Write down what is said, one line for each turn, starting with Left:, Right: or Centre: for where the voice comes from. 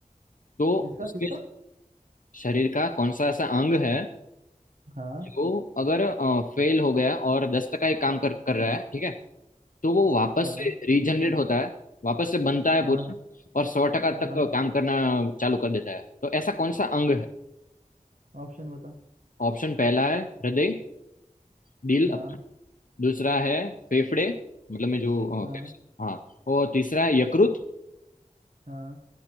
Left: तो
Right: किसका
Left: उसके
Right: किसका
Left: शरीर का कौन सा ऐसा अंग है
Right: हाँ
Left: जो अगर फेल हो गया और दस टका ही काम कर कर रहा है ठीक है तो वो वापस
Right: हाँ
Left: से रीजनरेट होता है वापस से बनता है
Right: हाँ
Left: पूरा और सौ टका
Right: हाँ
Left: तक काम करना चालू कर देता है तो ऐसा कौन सा अंग है
Right: ऑप्शन बता
Left: ऑप्शन पहला है हृदय दिल
Right: हाँ
Left: दूसरा है फेफड़े मतलब में जो अ,
Right: हाँ
Left: फेफड़े, हाँ और तीसरा है यकृत
Right: हाँ